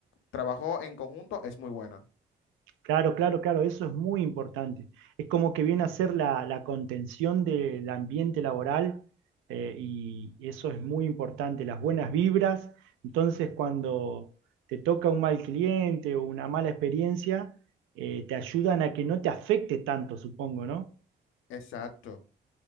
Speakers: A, on the left; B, on the right.
A: trabajo en conjunto es muy buena.
B: Claro, claro, claro, eso es muy importante. Es como que viene a ser la, la contención del ambiente laboral eh, y eso es muy importante, las buenas vibras. Entonces, cuando te toca un mal cliente o una mala experiencia, eh, te ayudan a que no te afecte tanto, supongo, ¿no?
A: Exacto,